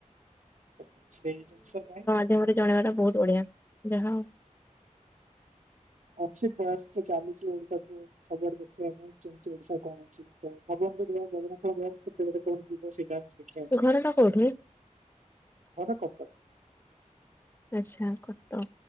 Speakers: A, on the right; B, on the left.
A: ତ ସେଇ ଜିନିଷ ପାଇଁ
B: ଯେ ଗୋଟେ ଜଣେଇବା ଟା ବହୁତ ବଢିଆ, ଯାହା ହଉ।
A: ଅଛି ପ୍ରୟାସ ତ ଚାଲିଚି ଓଡିଶା କୁ ସବୁଆଡେ ଦେଖେଇବା ପାଇଁ। ମୁଁ ଜାଣିଚି ଓଡିଶା ରେ କଣ ଅଛି, ତ ଭଗବାନଙ୍କ ଦୟାରୁ ଜଗନ୍ନାଥଙ୍କ ଦୟାରୁ କେତେବେଳେ କଣ ଥିବ ସେଇଟା ଦେଖିବା କଥା,
B: ହଉ ଘରଟା କୋଉଠି?
A: ଘର କଟକ।
B: ଆଚ୍ଛା କଟକ,